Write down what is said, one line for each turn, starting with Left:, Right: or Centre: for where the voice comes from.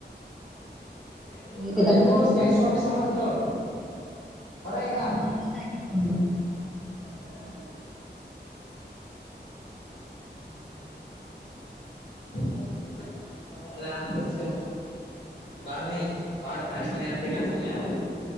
Left: <unintelligible>
Centre: मी ते
Left: गणेश
Centre: दप्तर
Left: भाऊ
Centre: उचलाल
Left: श्री स्वामी समर्थ. <unintelligible> आहे का
Centre: फोनवर बोलत आहेच की फोनवर <unintelligible> <unintelligible>
Left: <inaudible> <unintelligible>
Centre: <inaudible> <unintelligible>
Left: <unintelligible> अरे आताच <unintelligible> बार नाही पार. <unintelligible> काही पण अर्थ घ्यायचं नाही आपण